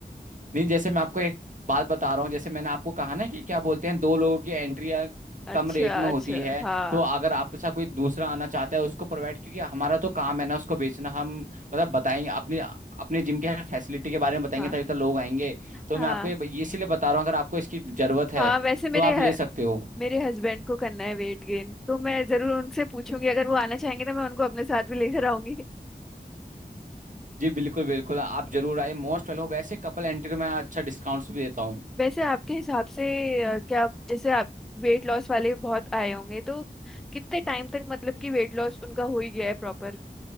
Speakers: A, on the right; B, in the centre.
A: नहीं जैसे मैं आपको एक बात बता रहा हूँ जैसे मैंने आपको कहा ना कि क्या बोलते हैं दो लोगों की एंट्री
B: अच्छा
A: कम रेट में
B: अच्छा
A: होती है
B: हाँ
A: तो अगर आपके साथ कोई दूसरा आना चाहता है उसको प्रोवाइड क्योंकि हमारा तो काम है ना उसको बेचना हम मतलब बताएंगे अपने अपने जिम के फैसिलिटी के बारे में बताएंगे
B: हाँ
A: तभी तो लोग आएंगे तो
B: हाँ
A: मैं आपको ये ये इसीलिए बता रहा हूँ अगर आपको इसकी जरूरत है
B: हाँ वैसे मेरे
A: तो आप
B: ह-
A: ले सकते हो
B: मेरे हस्बैंड को करना है वेट गेन तो मैं जरूर उनसे पूछूंगी अगर वो आना चाहेंगे तो मैं उनको अपने साथ भी लेकर आऊंगी
A: जी बिल्कुल बिल्कुल आप जरूर आए मोस्ट वेलकम वैसे कपल एंट्री में अच्छा डिस्काउंट्स भी देता हूँ
B: वैसे आपके हिसाब से अ, क्या जैसे आप वेट लॉस वाले बहुत आए होंगे तो कितने टाइम तक मतलब कि वेट लॉस उनका हो ही गया है प्रॉपर